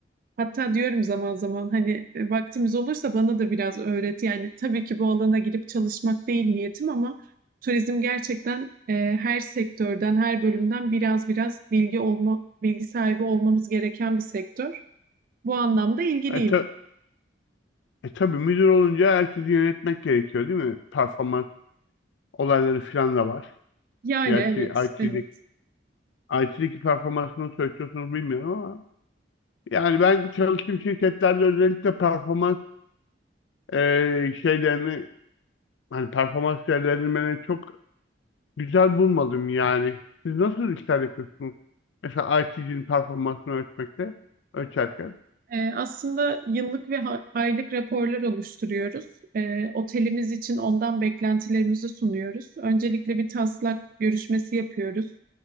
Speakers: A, on the right; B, on the left.
A: Hatta diyorum zaman zaman hani e, vaktimiz olursa bana da biraz öğret. Yani tabii ki bu alana girip çalışmak değil niyetim ama turizm gerçekten e, her sektörden, her bölümden biraz biraz bilgi olma, bilgi sahibi olmamız gereken bir sektör. Bu anlamda ilgiliyim.
B: E, ta- E tabii müdür olunca herkesi yönetmek gerekiyor değil mi? Performans olayları falan da var.
A: Yani
B: Gerçi
A: evet,
B: IT'deki,
A: evet.
B: IT'deki performansını söylüyorsunuz bilmiyorum ama yani ben çalıştığım şirketlerde özellikle performans e, şeylerini hani performans değerlendirmelerini çok güzel bulmadım yani. Siz nasıl işler yapıyorsunuz? Mesela IT'cinin performansını ölçmekte, ölçerken.
A: Ee, aslında yıllık ve ha- aylık raporlar oluşturuyoruz. Ee, otelimiz için ondan beklentilerimizi sunuyoruz. Öncelikle bir taslak görüşmesi yapıyoruz.